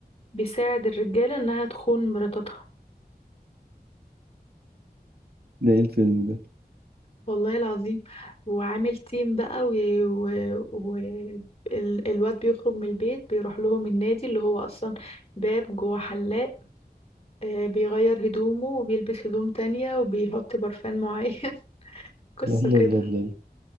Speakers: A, on the left (about 35°); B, on the right (about 70°).
A: بيساعد الرجالة إنها تخون مراتاتها
B: ده ايه الفيلم ده
A: والله العظيم وعامل تيم بقى و... و... و... ال- الواد بيخرج من البيت بيروح لهم النادي اللي هو أصلا باب جوه حلاق آه بيغير هدومه وبيلبس هدوم تانية وبيحط برفان معين <laughs> قصة
B: الله الله
A: كده
B: الله الله.